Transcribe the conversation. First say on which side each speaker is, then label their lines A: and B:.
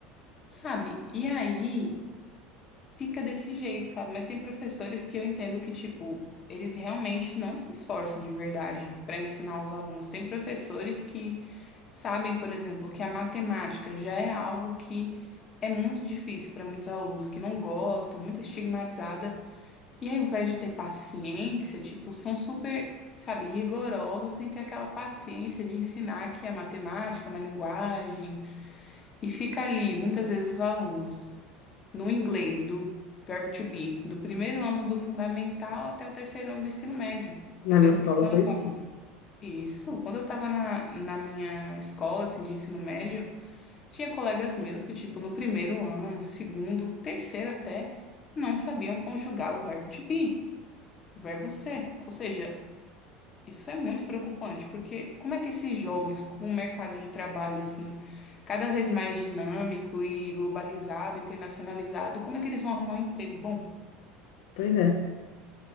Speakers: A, on the left; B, on the left.
A: sabe? E aí fica desse jeito, sabe? Mas tem professores que eu entendo que tipo Eles realmente não se esforçam de verdade pra ensinar os alunos. Tem professores que sabem, por exemplo, que a matemática já é algo que é muito difícil para muitos alunos que não gostam, muito estigmatizada, e ao invés de ter paciência, tipo, são super, sabe, rigorosos sem ter aquela paciência de ensinar que a matemática é uma linguagem, e fica ali, muitas vezes, os alunos no inglês do verbo to be, do primeiro ano do fundamental até o terceiro ano do ensino médio.
B: Na
A: Eu lembro
B: minha escola
A: que quando
B: foi
A: eu tava-
B: assim.
A: isso, quando eu estava na, na minha escola, assim, de ensino médio, tinha colegas meus que, tipo, no primeiro ano, segundo, terceiro até, não sabiam conjugar o verbo to be, o verbo ser. Ou seja, isso é muito preocupante, porque como é que esses jovens, com o mercado de trabalho, assim, cada vez mais dinâmico e globalizado, internacionalizado, como é que eles vão arrumar um emprego? Bom,
B: Pois é.